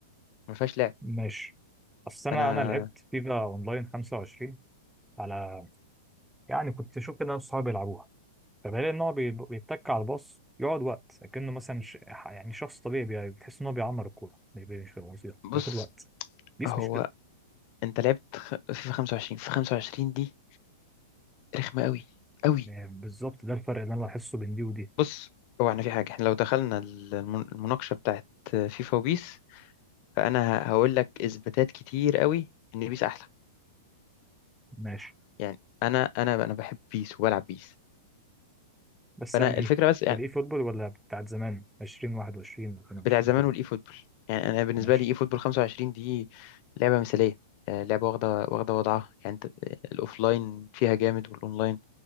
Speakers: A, on the left (about 45°); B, in the centre.
A: ما فيهاش لعب
B: ماشي اصل
A: فانا
B: انا انا لعبت فيفا اونلاين 25 على يعني كنت اشوف كده ناس صحابي بيلعبوها فبلاقي ان هو بي- بيتك على الباص يقعد وقت لكنه مثلا ش... يعني شخص طبيعي بي- بتحس ان هو بيعمر الكوره بي- بي- مش بيبقى
A: بص
B: بياخد وقت بيس
A: هو
B: مش كده
A: انت لعبت خ- فيفا 25 في 25 دي رخمه قوي قوي
B: يعني بالظبط ده الفرق اللي انا بحسه بين دي ودي
A: بص هو احنا في حاجه احنا لو دخلنا المن- المناقشه بتاعت فيفا وبيس فانا ه- هقول لك اثباتات كتير قوي ان بيس احلى
B: ماشي
A: يعني انا انا انا بحب بيس وبلعب بيس
B: بس
A: فانا
B: يعني
A: الفكره بس يعني
B: ايه الاي فوتبول ولا بتاعت زمان 20 21 22
A: بتاع زمان
B: كده
A: والاي فوتبول يعني انا بالنسبه
B: ماشي
A: لي اي فوتبول 25 دي لعبه مثاليه آه، لعبه واخده واخده وضعها يعني انت آه، الاوفلاين فيها جامد والاونلاين